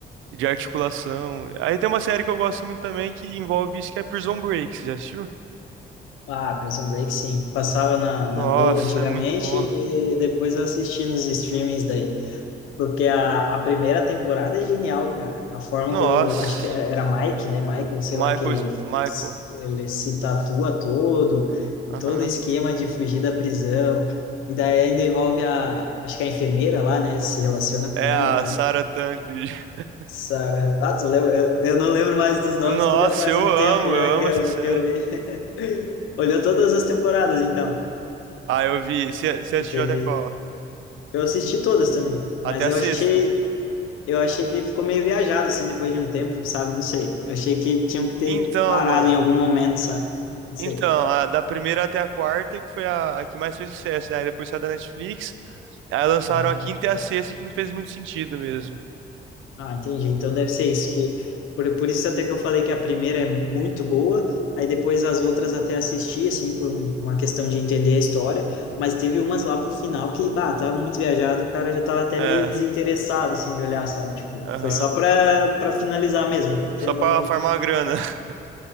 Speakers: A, on the right; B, on the left.
A: de articulação. Aí tem uma série que eu gosto muito também que envolve isso, que é Prison Break. Você já assistiu?
B: ah, Prison Break, sim. Passava na,
A: Nossa,
B: na Globo antigamente
A: é muito bom.
B: e depois eu assisti nos streamings daí. Porque a, a primeira temporada é genial, cara. A forma
A: Nossa.
B: como, acho que era Mike, né? Michael, sei
A: Michael,
B: lá, que ele,
A: Michael.
B: ele se tatua todo,
A: Aham.
B: todo o esquema de fugir da prisão. E daí ainda envolve a, acho que a enfermeira lá, né? Se relaciona com
A: É
B: ela
A: a
B: e tal.
A: Sarah Tancred. <laughs>
B: Sarah, ah, tu lembra? Eu, eu não lembro mais dos nomes,
A: Nossa,
B: que já faz
A: eu
B: um
A: amo,
B: tempo já
A: eu
B: que
A: amo
B: eu,
A: essa série.
B: que eu vi. <laughs> Olhou todas as temporadas, então,
A: Ah, eu vi. Você você assistiu
B: que teve.
A: até qual?
B: Eu assisti todas também, mas
A: Até
B: eu
A: a sexta?
B: achei Eu achei que ficou meio viajado, assim, depois de um tempo, sabe? Não sei. Eu achei que tinham que ter
A: Então,
B: parado
A: mano.
B: em algum momento, sabe? Não
A: Então,
B: sei.
A: a da primeira até a quarta, que foi a, a que mais fez sucesso, né? Aí depois saiu da Netflix. Aí lançaram
B: Ah,
A: a quinta
B: tá.
A: e a sexta, que não fez muito sentido mesmo.
B: Ah, entendi. Então deve ser isso, que... Por, por isso até que eu falei que a primeira é muito boa, aí depois as outras até assisti, assim, por um- uma questão de entender a história, mas teve umas lá pro final que, bah, tava muito viajado, o cara já tava até
A: É,
B: meio desinteressado, assim, de olhar, sabe? Tipo,
A: aham.
B: foi só pra, pra finalizar mesmo, porque
A: Só
B: não...
A: pra farmar a grana. <laughs>